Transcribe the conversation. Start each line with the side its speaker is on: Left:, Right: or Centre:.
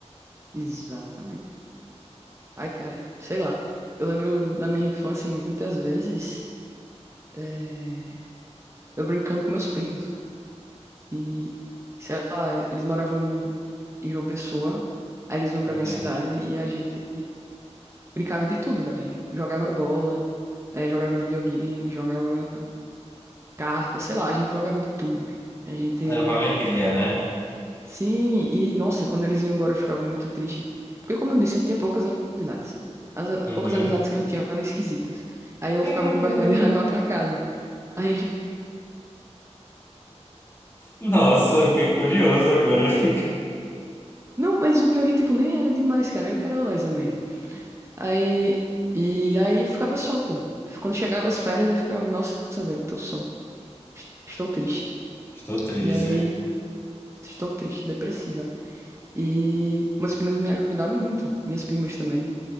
Right: Exatamente. Ai, cara, sei lá. Eu lembro da minha infância muitas vezes, eh, eu brincando com meus primos. E, sei lá, eles moravam em João Pessoa, aí eles vinham
Left: Uhum.
Right: pra minha cidade e a gente brincava de tudo, velho. Jogava bola, eh, jogava videogame, jogava carta, sei lá, a gente jogava de tudo, velho. A gente.
Left: Era uma alegria, né?
Right: Sim, e nossa, quando eles iam embora eu ficava muito triste. Porque, como eu disse, eu tinha poucas amizades. As ah,
Left: Uhum.
Right: poucas amizades que eu tinha eram esquisitas. Aí eu
Left: <laughs>
Right: ficava com vergonha de <laughs> levar pra casa. Aí...
Left: Nossa, eu fiquei curioso agora. <laughs>
Right: Não, mas o pior é que, tipo, nem era demais, cara. Eu que era lesa mesmo. Aí... E aí eu ficava só, pô. Quando chegava as férias, eu ficava, nossa, velho, tô só. Est- Estou triste.
Left: Estou triste.
Right: E aí, estou triste, depressiva. E meus primos me ajudaram muito. Minhas primas também.